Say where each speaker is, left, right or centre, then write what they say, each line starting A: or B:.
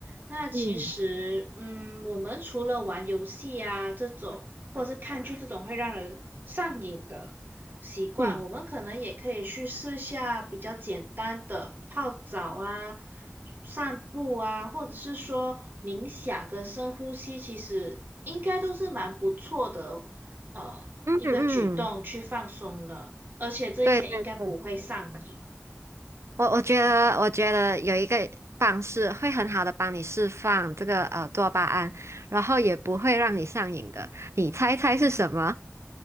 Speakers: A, on the right; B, on the right.
A: 那其实，
B: 嗯
A: 嗯，我们除了玩游戏啊这种，或者是看剧这种会让人上瘾的。习惯，
B: 嗯
A: 我们可能也可以去试下比较简单的泡澡啊、散步啊，或者是说冥想跟深呼吸，其实应该都是蛮不错的，呃，
B: 嗯嗯，
A: 一个举动去放松了，而且这一些应该不会上瘾。
B: 对对对，我我觉得我觉得有一个方式会很好的帮你释放这个呃多巴胺，然后也不会让你上瘾的，你猜猜是什么？
A: 嗯，